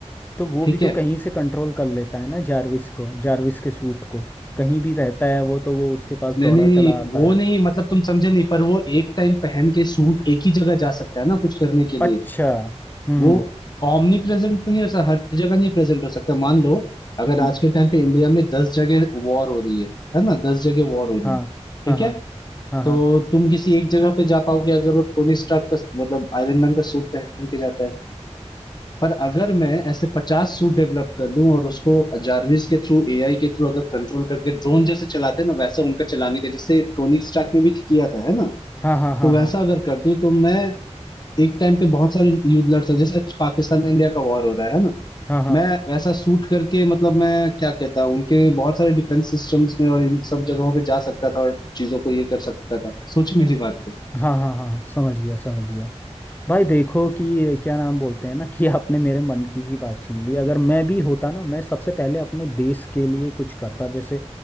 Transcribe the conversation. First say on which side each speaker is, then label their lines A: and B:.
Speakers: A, on the left; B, on the left.
A: तो वो
B: ठीक
A: भी तो
B: है
A: कहीं से कंट्रोल कर लेता है ना जारविस को जारविस के सूट को कहीं भी रहता है वो तो वो उसके पास
B: नहीं
A: दौड़ा
B: नहीं
A: चला आता
B: वो
A: है
B: नहीं मतलब तुम समझे नहीं पर वो एक टाइम पहन के सूट एक ही जगह जा सकता है ना कुछ करने के
A: अच्छा
B: लिए
A: हम्म
B: वो
A: हम्म
B: ऑमनी प्रेजेंट तो नहीं हो सकता हर जगह नहीं प्रेजेंट हो सकता मान लो अगर
A: हम्म।
B: आज के टाइम पे इंडिया में दस जगह वॉर हो रही है है ना दस जगह वॉर हो रही
A: हाँ
B: है ठीक
A: हाँ हाँ
B: है
A: हाँ हाँ
B: तो तुम किसी एक जगह पे जा पाओगे अगर वो टोनी स्टार्क का मतलब आयरन मैन का सूट पहन के जाता है पर अगर मैं ऐसे पचास सूट डेवलप कर लूं और उसको जारविस के थ्रू एआई के थ्रू अगर कंट्रोल करके ड्रोन जैसे चलाते हैं ना वैसा उनका चलाने का जैसे टोनिक स्टार्क में भी किया था है ना
A: हाँ हाँ हाँ
B: तो वैसा
A: हाँ
B: अगर कर दूं तो मैं एक टाइम पे बहुत सारे युद्ध लड़ सकता जैसे आज पाकिस्तान इंडिया का वॉर हो रहा है ना
A: हाँ हाँ
B: मैं वैसा सूट करके मतलब मैं क्या कहता हूँ उनके बहुत सारे डिफेंस सिस्टम्स में और इन सब जगहों पे जा सकता था और चीजों को ये कर सकता था सोच मेरी बात को
A: हाँ हाँ हाँ समझ गया समझ गया भाई देखो कि ये क्या नाम बोलते हैं ना कि आपने मेरे मन की ही बात छीन ली अगर मैं भी होता ना मैं सबसे पहले अपने देश के लिए कुछ करता जैसे